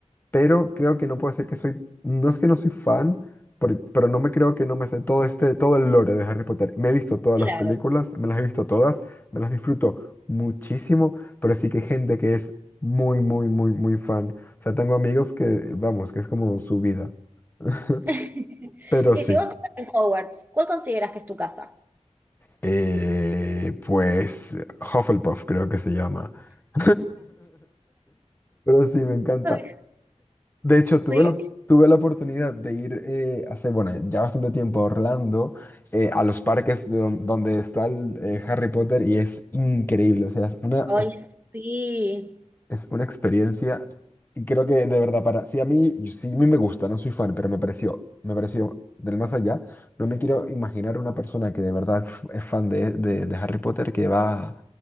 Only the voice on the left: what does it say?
pero creo que no puede ser que soy, no es que no soy fan, por- pero no me creo que no me sé todo este, todo el lore de Harry Potter. Me he visto todas
las películas, me las he visto todas, me las disfruto muchísimo, pero sí que hay gente que es muy, muy, muy, muy fan. O sea, tengo amigos que, vamos, que es como su vida. <laughs>
Pero
sí,
eh, pues Hufflepuff creo que se llama. <laughs> Pero sí, me encanta.
De hecho, tuve
la, tuve la oportunidad de ir eh, hace, bueno, ya bastante tiempo a Orlando, eh, a los parques de don- donde está el, eh, Harry Potter y es increíble, o sea, es una,
es,
es una experiencia y creo que de verdad, para, si a mí, yo- sí a mí me gusta, no soy fan, pero me pareció, me pareció del más allá, no me quiero imaginar una persona que de verdad f- es fan de, de- de Harry Potter que va,